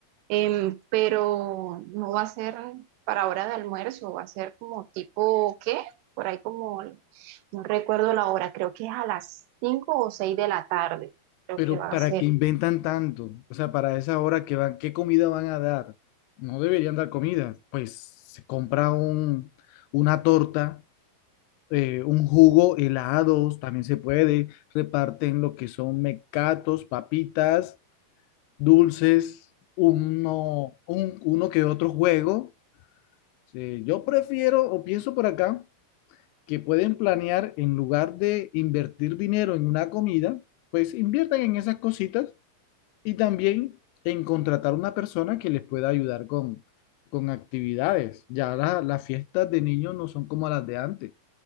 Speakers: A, on the right; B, on the left.
A: Em, pero no va a ser para hora de almuerzo, va a ser como tipo, ¿qué? Por ahí como, no recuerdo la hora, creo que es a las 5 o 6 de la tarde, creo
B: Pero
A: que va
B: ¿para
A: a ser.
B: qué inventan tanto? O sea, para esa hora que van, ¿qué comida van a dar? No deberían dar comida. Pues se compra un, una torta, eh, un jugo, helados, también se puede. Reparten lo que son mecatos, papitas, dulces, uno, un- uno que otro juego. Eh, yo prefiero o pienso por acá que pueden planear en lugar de invertir dinero en una comida, pues inviertan en esas cositas y también en contratar una persona que les pueda ayudar con, con actividades. Ya la- las fiestas de niños no son como las de antes,